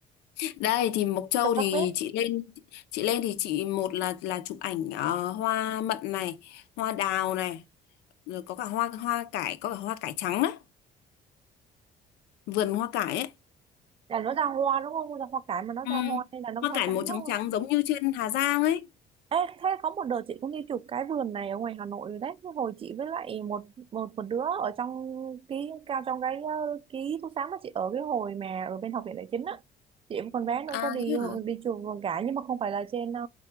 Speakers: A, on the left; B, on the right.
A: đây thì Mộc Châu
B: cho các
A: thì
B: bếp
A: chị lên chị lên thì chị một là là chụp ảnh ờ, hoa mận này hoa đào này rồi có cả hoa hoa cải có cả hoa cải trắng đấy vườn hoa cải ấy
B: là nó ra hoa đúng không ra hoa cải mà nó
A: ừ.
B: ra hoa hay là nó
A: hoa
B: hoa
A: cải
B: trắng
A: màu trắng
B: đúng
A: trắng giống như trên Hà Giang ấy
B: Ê, thế có một đợt chị cũng đi chụp cái vườn này ở ngoài Hà Nội rồi đấy. Cái Hồi chị với lại một một một đứa ở trong ký cao trong cái ờ, ký túc xá mà chị ở cái hồi mà ở bên học viện đại chính á. Chị với con bé nữa
A: à
B: có đi
A: thế hả
B: ờ, đi chụp vườn cả nhưng mà không phải là trên ờ,